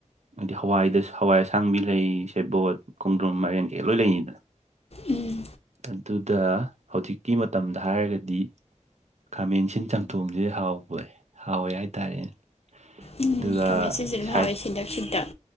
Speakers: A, on the right; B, on the left.
A: ꯍꯥꯏꯗꯤ ꯍꯋꯥꯏꯗ ꯍꯋꯥꯏ ꯑꯁꯥꯡꯕꯤ ꯂꯩ ꯁꯦꯕꯣꯠ ꯈꯣꯡꯗ꯭ꯔꯨꯝ ꯃꯥꯏꯔꯦꯟ ꯀꯩ ꯂꯣꯏ ꯂꯩꯅꯤꯗꯅ
B: ꯎꯝ
A: ꯑꯗꯨꯗ ꯍꯧꯖꯤꯛꯀꯤ ꯃꯇꯝꯗ ꯍꯥꯏꯔꯒꯗꯤ ꯈꯥꯃꯦꯟꯁꯤꯟ ꯆꯝꯊꯣꯡꯖꯦ ꯍꯥꯎꯋꯦ ꯍꯥꯎꯋꯦ ꯍꯥꯏꯇꯥꯔꯦꯅꯦ
B: ꯎꯝ
A: ꯑꯗꯨꯒ
B: ꯈꯥꯃꯦꯟ ꯑꯁꯤꯟꯕꯤꯖꯦ ꯑꯗꯨꯝ
A: ꯁꯥꯏꯠ
B: ꯍꯥꯎꯋꯦ ꯁꯤꯟꯇꯛ ꯁꯤꯟꯇꯛ